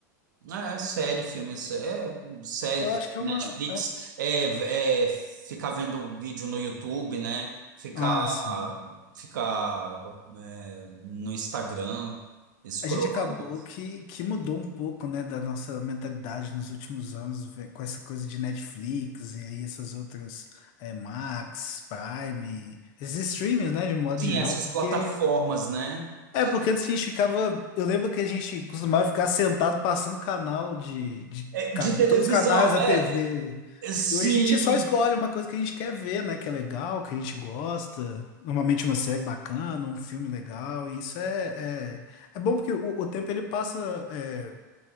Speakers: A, on the right; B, on the left.
A: Ah, é série, filme, é série,
B: Eu acho que
A: Netflix,
B: é uma... é- um,
A: é, é ficar vendo vídeo no YouTube, né? Ficar,
B: Ah, sim.
A: ficar é, no Instagram, escrolando.
B: A gente acabou que, que mudou um pouco, né, da nossa mentalidade nos últimos anos, ve- com essa coisa de Netflix e aí essas outras, é, Max, Prime, esses streams, né, de modo
A: Sim,
B: geral,
A: essas
B: porque...
A: plataformas, né?
B: É,
A: Ca-
B: porque antes a gente ficava... Eu lembro que a gente costumava ficar sentado passando canal de... de
A: é,
B: ca-
A: De
B: todos
A: televisão,
B: os canais da
A: é,
B: TV.
A: é, sim.
B: E hoje a gente só escolhe uma coisa que a gente quer ver, né? Que é legal, que a gente gosta. Normalmente uma série bacana, um filme legal. E isso é, é, é bom porque o, o tempo ele passa. é,